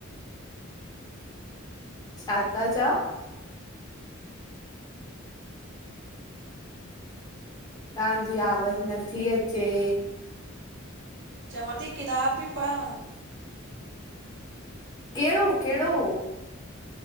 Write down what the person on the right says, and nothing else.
चवां थी किताब ती पढ़ा।